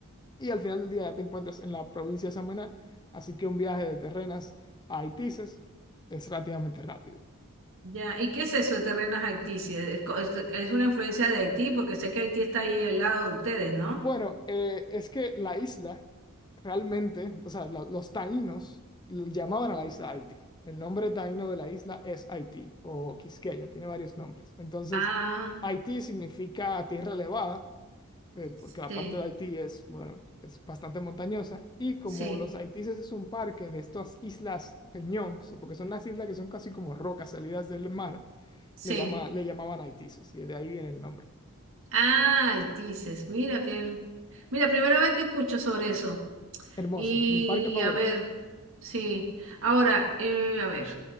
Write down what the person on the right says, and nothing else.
Ya, ¿y qué es eso de Terrenas Haití? Si es, co- es- es una influencia de Haití, porque sé que Haití está ahí al lado de ustedes, ¿no?
Ah,
sí,
sí,
sí.
Ah, Haití, dices, mira que, mira, primera vez que escucho sobre eso.
Y
a ver, sí. Ahora, eh, a ver.